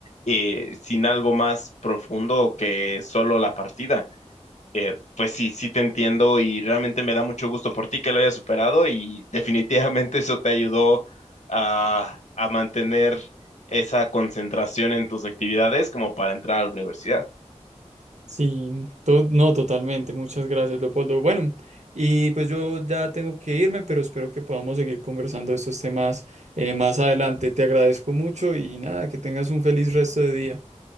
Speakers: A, on the left; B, on the right.
A: eh, sin algo más profundo que solo la partida. Eh, pues sí, sí te entiendo y realmente me da mucho gusto por ti que lo hayas superado y definitivamente eso te ayudó a, a mantener esa concentración en tus actividades como para entrar a la universidad.
B: Sí, to- no, totalmente. Muchas gracias, Leopoldo. Bueno, y pues yo ya tengo que irme, pero espero que podamos seguir conversando de estos temas eh, más adelante. Te agradezco mucho y nada, que tengas un feliz resto de día.